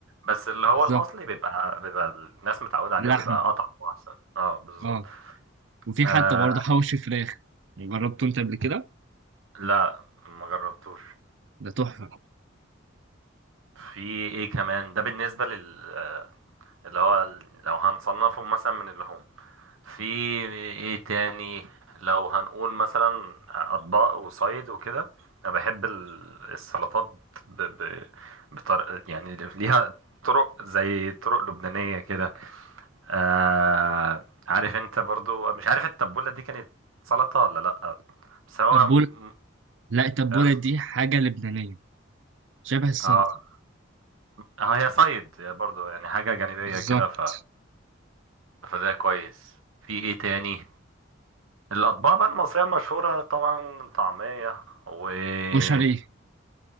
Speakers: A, on the right; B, on the right.
A: بس اللي
B: بالظبط
A: هو الاصلي بيبقى بيبقى الناس متعوده عليه
B: لحم
A: وبيبقى اطعم واحسن اه بالظبط
B: اه وفي
A: آه
B: حتى برضه حواوشي فراخ جربته انت قبل كده
A: لا ما جربتوش
B: ده تحفه
A: في ايه كمان ده بالنسبه لل آه، اللي هو ال- لو هنصنفه مثلا من اللحوم في ايه تاني لو هنقول مثلا اطباق وصيد وكده انا بحب ال- السلطات ب... ب... بطر... يعني ليها طرق زي طرق لبنانية كده آه... عارف انت برضو مش عارف التبولة دي كانت سلطة ولا لأ بس هو
B: تبوله
A: م-
B: لا التبوله
A: هي ص-
B: دي حاجه لبنانيه شبه السلطه
A: اه اه هي صيد برضو يعني حاجة جانبية
B: بالظبط
A: كده ف... فده كويس في ايه تاني الأطباق بقى المصرية المشهورة طبعا طعمية وكشري
B: وشريه